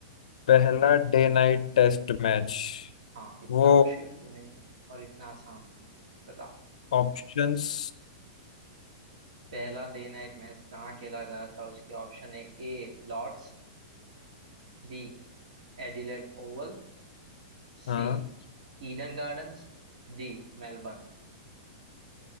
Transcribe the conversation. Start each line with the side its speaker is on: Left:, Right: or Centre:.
Left: पहला डे नाइट टेस्ट मैच
Right: हाँ इतना
Left: वो
Right: मुश्किल भी नहीं है और इतना आसान भी नहीं बताओ
Left: ऑप्शंस
Right: पहला डे नाइट मैच कहाँ खेला गया था उसके ऑप्शन है A Lord's B Adelaide Oval C
Left: हाँ
Right: Eden Gardens D Melbourne